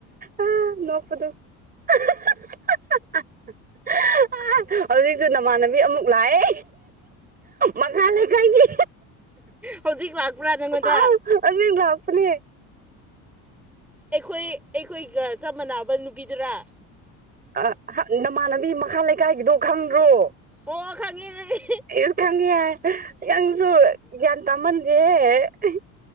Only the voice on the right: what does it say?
ꯑ ꯅꯣꯛꯄꯗꯨ ꯍꯍꯍꯍ ꯍꯧꯖꯤꯛꯁꯨ ꯅꯃꯥꯟꯅꯕꯤ ꯕꯤ ꯑꯃꯨꯛ ꯂꯥꯛꯑꯦ ꯃꯈꯥ ꯂꯩꯀꯥꯏꯒꯤ
ꯑꯥꯎ ꯑꯗꯨ ꯂꯥꯎ ꯁꯅꯤ
ꯑ ꯍ ꯅꯃꯥꯟꯅꯕꯤ ꯃꯈꯥ ꯂꯩꯀꯥꯏꯒꯤꯗꯣ ꯈꯪꯗ꯭ꯔꯣ
ꯑꯩꯁꯨ ꯈꯪꯉꯦ ꯍꯥꯏ ꯅꯪꯁꯨ ꯒ꯭ꯌꯥꯟ ꯇꯥꯃꯟꯗꯦ ꯍꯦ ꯑꯍꯤ